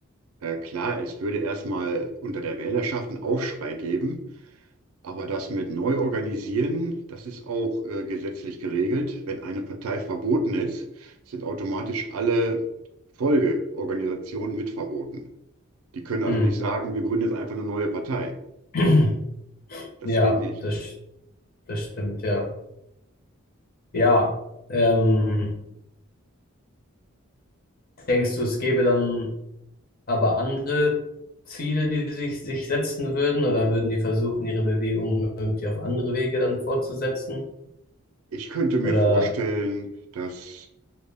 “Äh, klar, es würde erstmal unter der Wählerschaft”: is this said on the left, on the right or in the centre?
Right